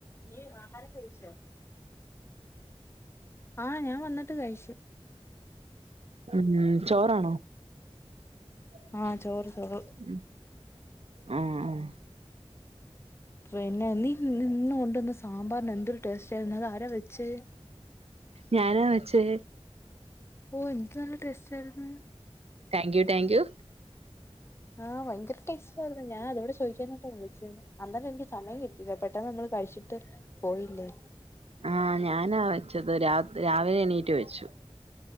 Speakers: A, on the left; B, on the right.
A: നീ ആഹാരം കഴിച്ചോ.. ആഹ് ഞാൻ വന്നിട്ട് കഴിച്ച്
B: ഉം ചോറാണോ ഉം
A: ആഹ് ചോറ് ചോറ്
B: ആഹ്
A: പിന്നെ നീ നിന്ന് കൊണ്ടുവന്ന സാമ്പാറിന് എന്തൊരു ടേസ്റ്റായിരുന്നു. അതാരാ വെച്ചേ
B: ഞാനാ വച്ചത്
A: ഓഹ് എന്ത് നല്ല ടേസ്റ്റായിരുന്ന്
B: ടാങ്ക് യു ടാങ്ക് യു
A: ആഹ് ഭയങ്കര ടേസ്റ്റാരുന്നു, ഞാൻ അതോടെ ചോദിക്കാനായിട്ടാ വിളിച്ചത് അന്നേരം എനിക്ക് സമയം കിട്ടിയില്ല. പെട്ടെന്നമ്മള് കഴിച്ചിട്ട് പോയില്ലേ
B: ആഹ് ഞാനാ വെച്ചത് രാ രാവിലെ എണീറ്റ് വെച്ചു